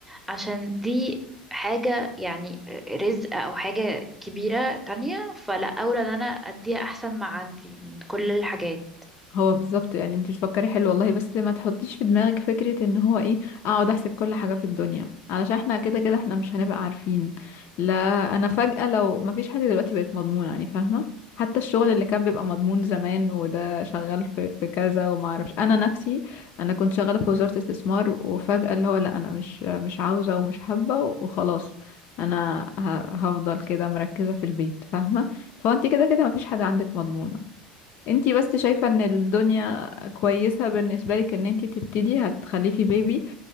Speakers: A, in the centre; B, on the left.
A: عشان دي حاجة يعني رزق أو حاجة كبيرة تانية فلا أولى إن أنا أديها أحسن ما عندي من كل الحاجات
B: هو بالظبط يعني انت بتفكري حلو والله بس ما تحطيش في دماغك فكرة ان هو ايه اقعد احسب كل حاجة في الدنيا علشان احنا كده كده احنا مش هنبقى عارفين لا انا فجأة لو ما فيش حاجة دلوقتي بقت مضمونة يعني فاهمة حتى الشغل
A: مم.
B: اللي كان بيبقى مضمون زمان وده شغال في في كذا وما اعرفش انا نفسي انا كنت شغالة في وزارة استثمار وفجأة اللي هو لا انا مش مش عاوزة ومش حابة وخلاص انا ه- هفضل كده مركزة في البيت فاهمة فانت كده كده ما فيش حاجة عندك مضمونة انتي بس شايفة ان الدنيا كويسة بالنسبة لك ان انتي تبتدي هتخلفي بيبي